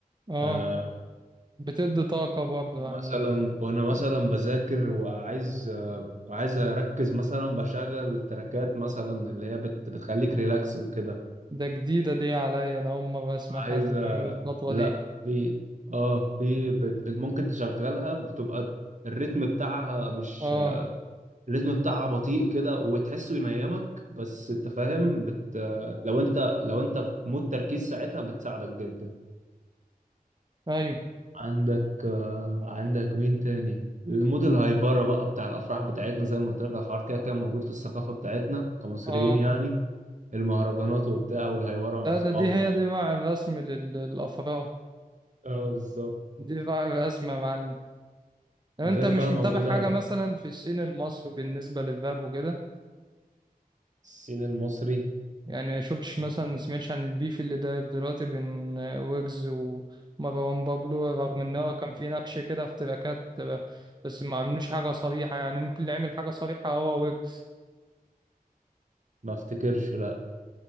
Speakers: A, on the right; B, on the right.
A: اه
B: آه
A: بتدي طاقة برضه يعني
B: مثلا وأنا مثلا بذاكر وعايز آه عايز أركز مثلا بشغل تراكات مثلا اللي هي بت بتخليك ريلاكس وكده
A: ده جديدة دي عليا أنا أول مرة أسمع
B: عايزة
A: حد بيعمل الخطوة
B: لا
A: دي
B: في اه في بت... بت- ممكن تشغلها بتبقى الريتم بتاعها مش
A: اه
B: الريتم بتاعها بطيء كده وتحسه ينيمك بس انت فاهم بت... لو انت لو انت في مود تركيز ساعتها بتساعدك جدا
A: أيوه
B: عندك آه، عندك مين تاني المود الهايبرة بقى بتاع الأفراح بتاعتنا زي ما قلت لك الحوار كده كده موجود في الثقافة بتاعتنا كمصريين
A: اه
B: يعني المهرجانات وبتاع والهايبرة مع
A: ده
B: صحابك
A: ده دي هي دي بقى الرسم لل- للأفراح
B: اه بالظبط
A: دي بقى الرسمة يا معلم لو
B: ده
A: انت
B: غير
A: مش
B: بقى
A: متابع
B: موجودة
A: حاجة مثلا في الصين المصري بالنسبة للفاب وكده
B: السين المصري
A: يعني شفتش
B: ما
A: مثلا سمعتش عن البيف اللي دايف دلوقتي بين ويجز ومروان بابلو رغم ان هو كان في نكش كده في تراكات بس ما عملوش حاجة صريحة يعني ممكن اللي عمل حاجة صريحة هو ويجز
B: افتكرش لا